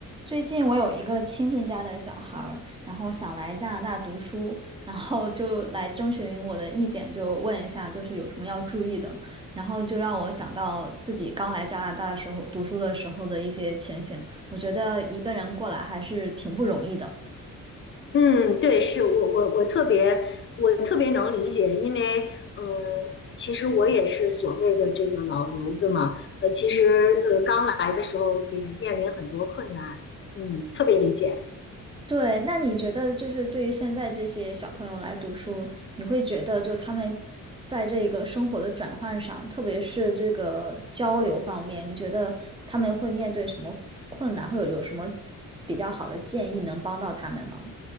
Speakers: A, on the right; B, on the left.
A: 最近我有一个亲戚家的小孩儿，然后想来加拿大读书，然后就来征询我的意见，就问一下就是有什么要注意的，然后就让我想到自己刚来加拿大的时候读书的时候的一些情形，我觉得一个人过来还是挺不容易的。
B: 嗯，对，是我我我特别我特别能理解，因为嗯，其实我也是所谓的这个老留子嘛，呃，其实呃刚来的时候也面临很多困难，嗯，特别理解。
A: 对，那你觉得就是对于现在这些小朋友来读书，你会觉得就他们在这个生活的转换上，特别是这个交流方面，你觉得他们会面对什么困难，或者有什么比较好的建议能帮到他们吗？